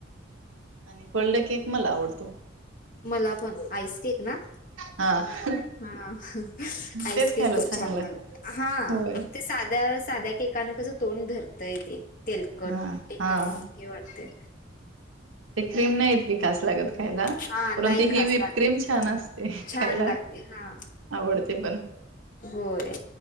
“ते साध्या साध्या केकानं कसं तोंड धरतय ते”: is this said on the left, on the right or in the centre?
Left